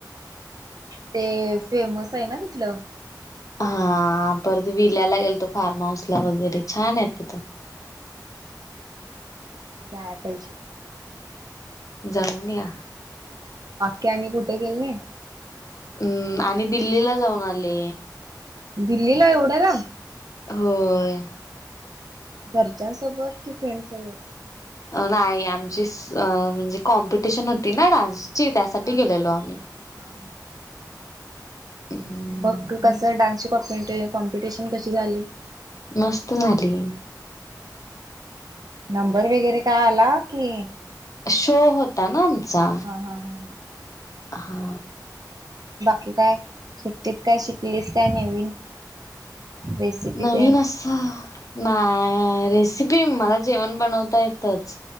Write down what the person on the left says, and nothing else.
हा परत विल्याला गेल तो फार्म हाऊस ला वगैरे छान आहे तिथं
जाऊन या
हम्म आणि दिल्लीला जाऊन आले
होय
नाही आमची म्हणजे कॉम्पिटिशन होती ना डान्स त्यासाठी
गेलेलो आम्ही
हम्म
मस्त झाली
शो होता ना आमचा
हा
नवीन
अस नाय अ रेसिपी मला जेवण बनवता येतच